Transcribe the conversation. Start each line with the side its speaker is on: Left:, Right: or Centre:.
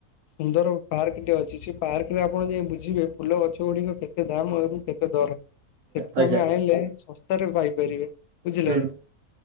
Left: ସୁନ୍ଦର ପାର୍କ ଟେ ଅଛି ସେ ପାର୍କ ରେ ଆପଣ ଯାଇ ବୁଝିବେ ଫୁଲ ଗଛ ଗୁଡିକ କେତେ କେତେ ଦାମ୍ ଏବଂ କେତେ ଦର ସେଠୁ
Right: ଆଜ୍ଞା ଆଜ୍ଞା
Left: ଆମେ ଆଣିଲେ ଶସ୍ତାରେ ପାଇପାରିବେ। ବୁଝିଲେ
Right: ହୁଁ
Left: ନା